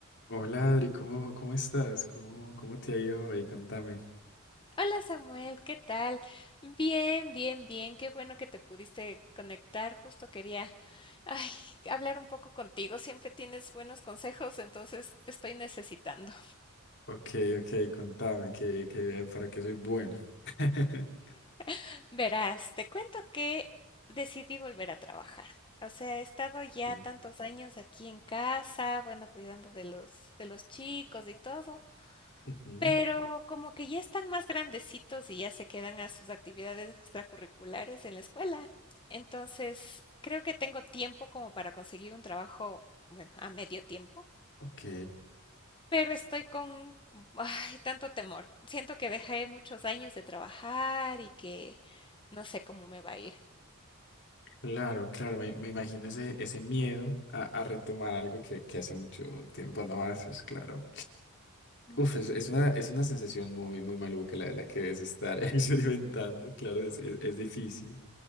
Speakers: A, on the left; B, on the left.
A: Hola Adri, ¿cómo, cómo estás? ¿Cómo, cómo te ha ido hoy? Contame.
B: Hola Samuel, ¿qué tal? Bien, bien, bien. Qué bueno que te pudiste conectar. Justo quería, ay, hablar un poco contigo. Siempre tienes buenos consejos, entonces te estoy necesitando.
A: Ok, ok, contame, que, que para qué soy bueno. <laughs>
B: <laughs> Verás, te cuento que decidí volver a trabajar. O sea, he estado ya
A: Ok,
B: tantos años aquí en casa, bueno, cuidando de los de los chicos y todo,
A: Ujú.
B: Pero como que ya están más grandecitos y ya se quedan a sus actividades extracurriculares en la escuela. Entonces, creo que tengo tiempo como para conseguir un trabajo, bueno, a medio tiempo,
A: Ok,
B: pero estoy con, ay, tanto temor. Siento que dejé muchos años de trabajar y que no sé cómo me va a ir.
A: claro, claro, me, me imagino ese, ese miedo a, a retomar algo que, que hace mucho tiempo no haces, claro.
B: Ujú,
A: Uf, es, es una, es una sensación muy, muy maluca la, la que debes estar <laughs> experimentando, claro, es, es, es difícil.